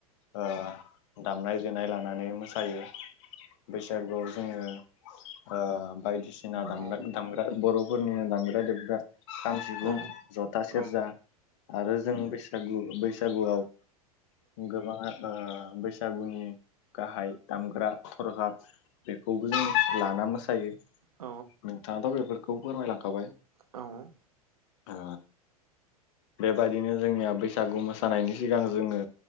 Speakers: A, on the left; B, on the right.
A: ओ दामनाय देनाय लानानै मोसायो। बैसागुआव जोङो। ओ बायदिसिना
B: औ
A: दाम
B: औ
A: - दामग्रा बर'फोरनि दामग्रा दे ग्रा खाम सिफुं
B: औ
A: जथा
B: औ
A: सेरजा आरो जों बैसागु बैसागुआव गोबाङा ओ बैसागुनि गाहाय दामग्रा थरखा बेखौबो जों लाना मोसा यो नोंथाङाथ'
B: औ
A: बेफोरखौ फोरमायलांखाबाय
B: औ
A: ओ बेबायदिनो जोंनिया बैसागु मोसानायनि सिगां जोङो।